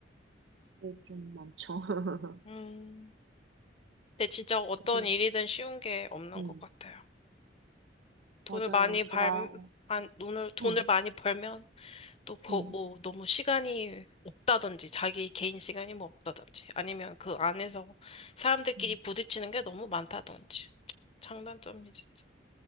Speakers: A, on the right; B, on the left.
A: 그게 좀 많죠. <laughs>
B: 음, 근데 진짜 어떤
A: 그래서,
B: 일이든 쉬운 게 없는
A: 음,
B: 것 같아요. 돈을
A: 맞아요.
B: 많이 벌,
A: 제가, 어,
B: 돈을, 돈을
A: 음,
B: 많이 벌면 또, 거,
A: 음,
B: 뭐, 너무 시간이 없다든지, 자기 개인 시간이 뭐 없다든지, 아니면 그 안에서 사람들끼리
A: 음.
B: 부딪히는 게 너무 많다든지. 장단점이 진짜.